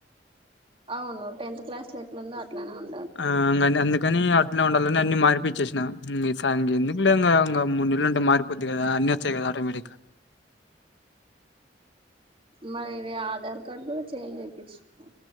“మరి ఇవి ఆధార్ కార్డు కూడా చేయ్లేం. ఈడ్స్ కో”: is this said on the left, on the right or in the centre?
Right